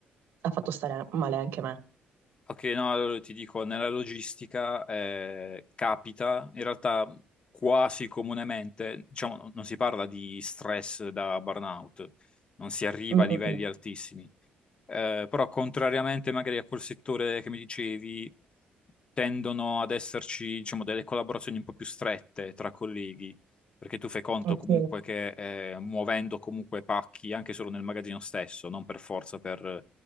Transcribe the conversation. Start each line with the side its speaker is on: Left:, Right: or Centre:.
Right: ha fatto stare male anche me.
Left: Ok, no, allora ti dico, nella logistica eh, capita in realtà quasi comunemente, diciamo, non non si parla di stress da burnout, non si arriva
Right: Mm,
Left: a livelli
Right: mm, mm.
Left: altissimi, eh, però contrariamente magari a quel settore che mi dicevi, tendono ad esserci, diciamo, delle collaborazioni un po' più strette tra colleghi, perché tu fai conto
Right: Ok.
Left: comunque che eh, muovendo comunque pacchi anche solo nel magazzino stesso, non per forza per